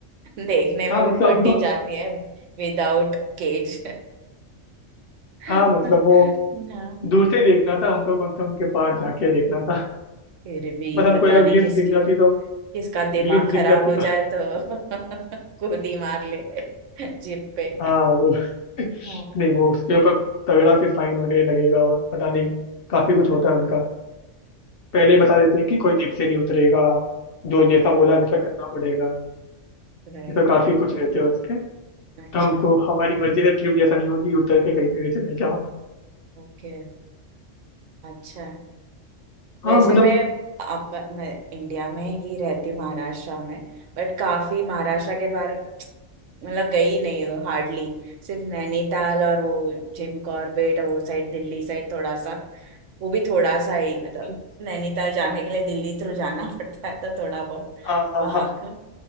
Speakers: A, on the right (about 75°); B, on the left (about 60°).
A: देखने
B: हाँ
A: में भी
B: मतलब
A: फटी
B: हमको
A: जाती है विदाउट केज हाँ
B: हाँ मतलब वो दूर से ही देखना था हमको कौन सा उनके पास
A: हाँ,
B: जाके देखना था
A: फिर भी
B: बस हमको
A: पता
B: एक
A: नहीं
B: ग्लिम्स
A: किसके
B: दिख जाती तो
A: किसका दिमाग
B: ग्लिम्स
A: खराब
B: दिख जाती
A: हो
B: तो
A: जाए तो खुद ही मार ले जिप पे
B: हाँ वो
A: हाँ
B: नहीं वो उसके ऊपर तगड़ा फिर फाइन वगैरह लगेगा और पता नहीं काफी कुछ होता
A: हाँ
B: है उनका पहले ही बता देते कि कोई जीप से नहीं उतरेगा जो
A: हाँ
B: जैसा बोला वैसा करना पड़ेगा
A: Right
B: ये तो काफी
A: right
B: कुछ रहते हैं उसके तो
A: अच्छा
B: हमको हमारी मर्जी से ट्रिप जैसा नहीं होगी उतर के कहीं पे भी चले जाओ
A: ओके अच्छा है।
B: हाँ
A: वैसे
B: मतलब
A: मैं आप मैं इंडिया में ही रहती हूँ महाराष्ट्र में बट काफी महाराष्ट्र के बाहर मतलब गई नहीं हूँ हार्डली सिर्फ नैनीताल और वो जिम कॉर्बेट और वो साइड दिल्ली साइड थोड़ा सा वो भी थोड़ा सा ही मतलब
B: <laughs>
A: नैनीताल जाने के लिए दिल्ली थ्रू जाना <laughs> पड़ता है तो थोड़ा बहुत
B: हाँ हाँ
A: वहां
B: हाँ
A: का